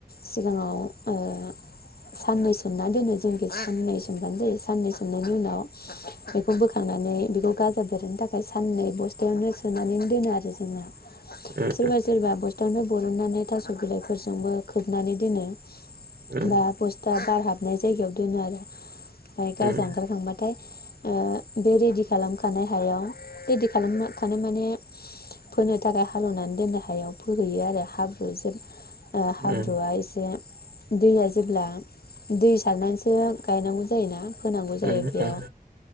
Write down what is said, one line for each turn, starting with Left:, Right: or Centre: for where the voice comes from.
Left: सिगाङाव ओ साननै सोमना दोनो जोंखि साननै सोमब्लानो जायो साननै सोमनायनि उनाव बेखौ बोखांनानै बेखौ गाजा देरहोनो थाखाय साननै बस्थायावनो सोनानै दोनो आरो जोंना।
Right: उम
Left: सोरबा-सोरबा बस्थावनो बरनानै थास बिलाइफोरजोंबो खोबनानै दोनो।
Right: उम
Left: दा बस्ताब बार हाबनाय जायगायाव दोनो आरो। ओमफाय गाजा
Right: उम
Left: ओंखारखांबाथाय ओ बे रेडि खालामखानाय हायाव, रेडि खालामखानाय माने फोनो थाखाय हालेवनानै द हायाव फोहैयो आरो हाब्र <inaudible> ओ हाब्रुआ
Right: उम
Left: एसे दैया जेब्ला दै सारनानैसो गायनांगौ जा जायो ना? होनांगौ जायो
Right: उम
Left: बेयाव
Right: उम